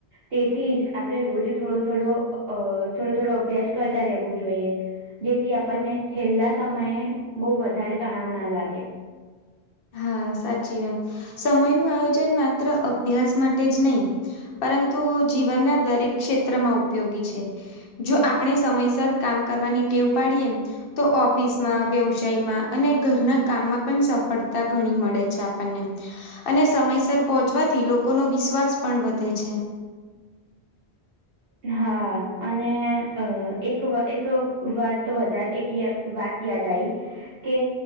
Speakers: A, on the right (about 65°); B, on the left (about 60°).
A: તેથી જ આપણે રોજ થોડો થોડો, અ થોડો થોડો, અભ્યાસ કરતા રહેવો. જોઈયે, જેથી આપણને છેલ્લા સમયે બહુ વધારે તણાવ ના લાગે.
B: હા, સાચી વાત, સમયનું આયોજન માત્ર અભ્યાસ માટે જ નહીં. પરંતુ, જીવનના દરેક ક્ષેત્રમાં ઉપયોગી છે. જો આપણે સમયસર કામ કરવાની ટેવ પાડીએ, તો ઓફિસમાં, વ્યવસાયમાં, અને ઘરના કામમાં પણ સફળ તા ઘણી મળે છે આપણને. અને સમયસર પહોંચવાથી લોકોનો વિશ્વાસ પણ વધે છે.
A: હા અને અ એક એક વાત વધારે એક ય વાત, યાદ આઈ કે,